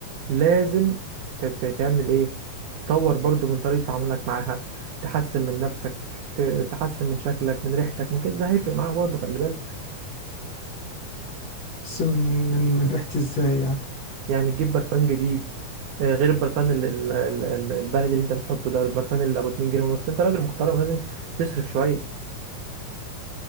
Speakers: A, on the right; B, on the left.
A: لازم ت- ت- تعمل ايه تطور برضو من طريقة تعاملك معاها تحسن من نفسك ت- تحسن من شكلك من ريحتك من كده ده هيفرق معاها برضو خلي بالك
B: بس من من من ريحة ازاي يعني
A: يعني تجيب برفان جديد آه، غير البرفان ال- ال- ال- ال- البلدي اللي انت بتحطه ده البرفان اللي ابو 2 جنيه ونص انت راجل محترم لازم تصرف شوية